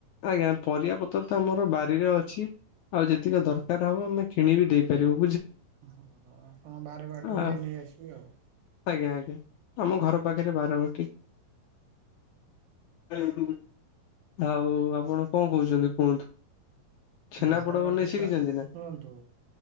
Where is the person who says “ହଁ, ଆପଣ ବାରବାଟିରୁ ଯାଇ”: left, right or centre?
Right